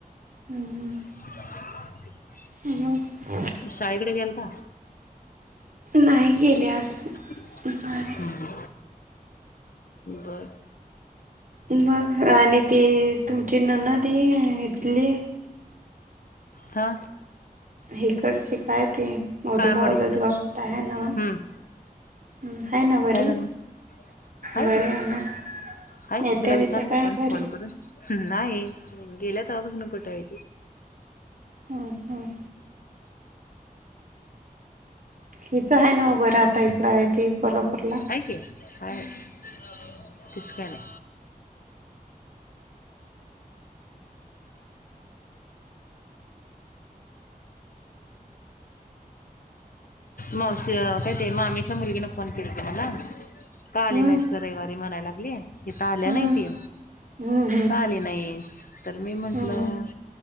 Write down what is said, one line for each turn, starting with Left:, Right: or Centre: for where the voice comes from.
Right: हम् हम्म!
Left: <unintelligible>
Right: मग
Left: शाळेकडे गेलता?
Right: नाही गेले आज.
Left: हम्म
Right: नाही
Left: बर
Right: मग आणि ते तुमची ननं ते हीतली
Left: हा!
Right: हिकडची काय ती ते मोदगाव
Left: काळमडीची
Right: बिदगाव कुट हाय नव?
Left: हम्म
Right: हम्म हाय ना बरी?
Left: काय झालं मग हाय
Right: बरी
Left: कि
Right: आहे ना
Left: हाय
Right: येत्या
Left: की तिला
Right: बित्या
Left: विचारलं
Right: काय
Left: कोण
Right: घरी
Left: फोन करून. नाही गेलिया तवापासून कुठाय!
Right: ह हम्म! हिच आहे नव बरं आता हिकडं हाय ती कोल्हापूरला?
Left: हाय की. हाय हाय तिचं काय नाय. मावशी काय ते मामीच्या मुलगीने फोन केला ते मला. का आली
Right: हम्म
Left: नाहीस ग रविवारी म्हणाय लागली हिथ आल्या
Right: हम्म
Left: नाही ती.
Right: हम्म हम्म
Left: का आली नाहीस तर मी म्हंटलं
Right: हम्म